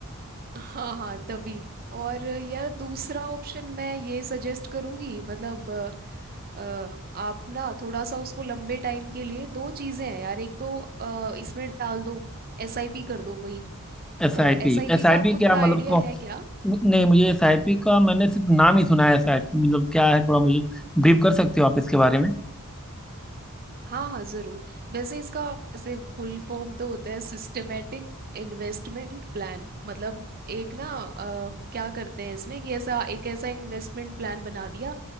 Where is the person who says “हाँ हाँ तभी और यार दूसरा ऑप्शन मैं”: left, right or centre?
Right